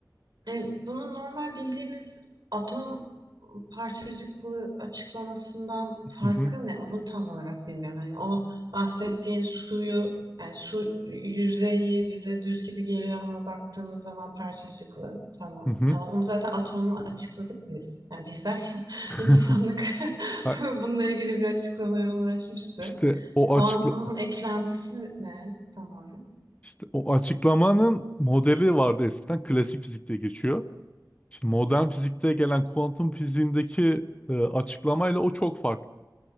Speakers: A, on the right (about 70°); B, on the left (about 20°).
A: E, bunun normal bildiğimiz atom parçacıklı açıklamasından farkı
B: Hı hı.
A: ne? Onu tam olarak bilmiyorum. Yani o bahsettiğin suyu, yani su yüzeyi bize düz gibi geliyor ama baktığımız zaman parçacıklı. Tamam.
B: Hı hı.
A: Ama onu zaten atomla açıkladık biz. Yani biz derken <laughs>
B: <laughs>
A: insanlık <laughs>
B: Ha,
A: bununla ilgili bir açıklamaya ulaşmıştı.
B: İşte o
A: Kuantumun
B: açıkla
A: eklentisi ne tam olarak?
B: işte o açıklamanın modeli vardı eskiden klasik fizikte geçiyor. Şimdi modern fizikte gelen kuantum fiziğindeki e, açıklamayla o çok farklı.